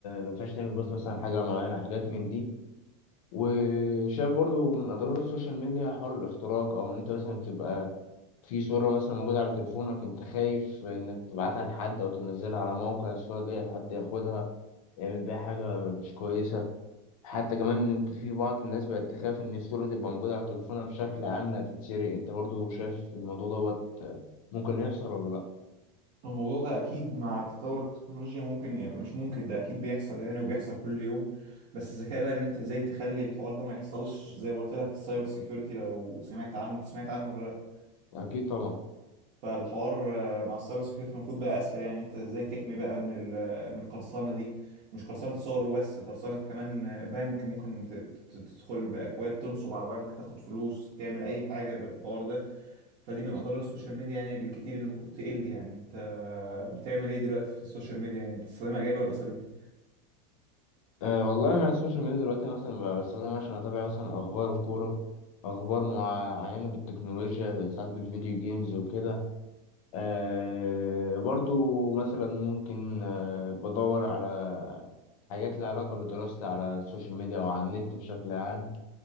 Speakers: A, on the left (about 65°); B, on the right (about 40°).
A: مبقاش تعمل بوست مثلا عن حاجة معينة حاجات من دي وشايف برضو من اضرار السوشيال ميديا حوار الاختراق او ان انت مثلا تبقى في صورة مثلا موجودة على تليفونك انت خايف انك تبعتها لحد او تنزلها على موقع الصورة دي حد ياخدها يعمل بيها حاجة مش كويسة حتى كمان ان انت في بعض الناس بقت تخاف ان الصورة تبقى موجودة على تليفونها بشكل عام لا تتسرق انت برضو شايف الموضوع دوت ممكن يحصل ولا لا
B: الموضوع ده اكيد مع تطور التكنولوجيا ممكن يعني مش ممكن ده اكيد بيحصل يعني وبيحصل كل يوم بس الذكاء بقى ان انت ازاي تخلي الحوار ده ما يحصلش زي ما قلت لك السايبر سيكيورتي لو سمعت عنه انت سمعت عنه ولا لا
A: اكيد طبعا
B: فالحوار آه، مع السايبر سيكيورتي المفروض بقى اسهل يعني انت ازاي تحمي بقى من ال- من القرصنه دي مش قرصنه صور وبس قرصنه كمان آه، بنك ممكن ت- ت- تدخل باكواد تنصب على بنك تاخد فلوس تعمل اي حاجه بالحوار ده فدي من اضرار السوشيال ميديا يعني الكتير اللي المفروض تقل يعني انت بتعمل ايه دلوقتي في السوشيال ميديا يعني بتستخدمها ايجابي ولا سلبي
A: أه والله انا على السوشيال ميديا دلوقتي مثلا بستخدمها عشان اتابع مثلا اخبار الكوره اخبار معينه بالتكنولوجيا ساعات بالفيديو جيمز وكده أه برضو مثلا ممكن أه بدور على حاجات لها علاقه بدراستي على السوشيال ميديا او على النت بشكل عام